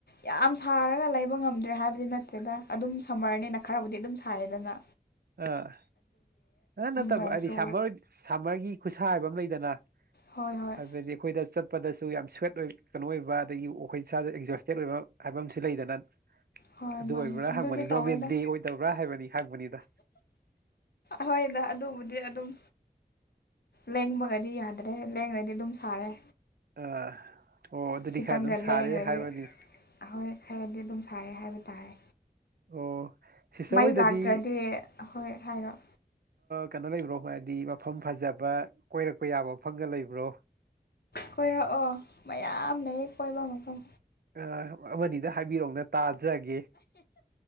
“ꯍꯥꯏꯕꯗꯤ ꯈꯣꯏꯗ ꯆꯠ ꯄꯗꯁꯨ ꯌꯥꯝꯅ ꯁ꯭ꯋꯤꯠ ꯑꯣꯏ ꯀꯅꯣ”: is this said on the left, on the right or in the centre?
Right